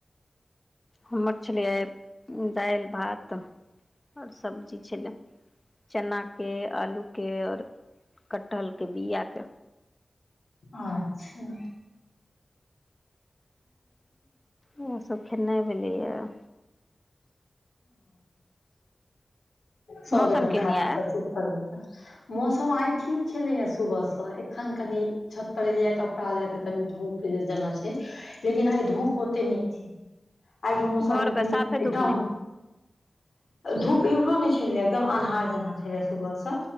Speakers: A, on the left; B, on the left.
A: हमर छलयै दाइल, भात ओर सब्जी छले चना के, आलूके। के और कटहल के बिया के।
B: अच्छा
A: ओ सब खेनाइ भेलैएऽ।
B: सब
A: मौसम
B: एखन
A: केहन
B: खा
A: यऽ
B: पी क सुतल ह। मौसम आइ ठीक छलैए सुबह सँ, एखन कनि छत पर एलियै कपड़ा ले तऽ कनी धूप जेना छै लेकिन आइ धूप ओते नीक आइके मौसम
A: हमर आरके
B: लेकिन
A: साफे
B: एकदम
A: धूप नहि हइ
B: धूप एम्हरो नय छलय एकदम अन्हार जेना छले सुबह से